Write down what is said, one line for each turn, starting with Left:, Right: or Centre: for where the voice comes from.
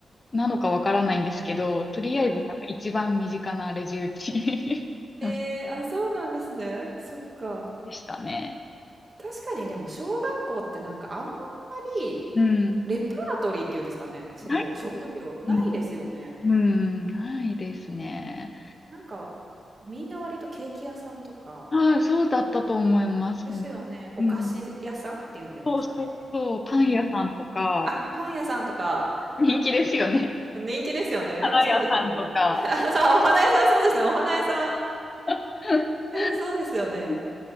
Left: なのかわからないんですけど、とりあえずなんか一番身近なレジ打ち
Right: はい。
Left: <laughs>
Right: えー、
Left: の人
Right: あ、そうなんですね。そっか。
Left: でしたね。
Right: 確かにでも小学校ってなんかあんまり
Left: うん。
Right: レパートリーっていうんですかね、その職業ないですよね。
Left: ないです。うん、うんないですね。
Right: なんか、みんな割とケーキ屋さんとか、
Left: はい、そうだったと思います、
Right: ですよね、
Left: ほん。
Right: お菓子屋さんっていうんですかね。
Left: うん。そうそうそう、パン屋さんとか、
Right: うんうんうん。あ、パン屋さんとか、
Left: 人気ですよね。
Right: 人気ですよね。
Left: 花屋さんとか。
Right: やっぱそうですよね。<laughs> あ、さあ、お花屋さん、そうですね、お花屋さん。
Left: <laughs>
Right: やっぱそうですよね。
Left: うん、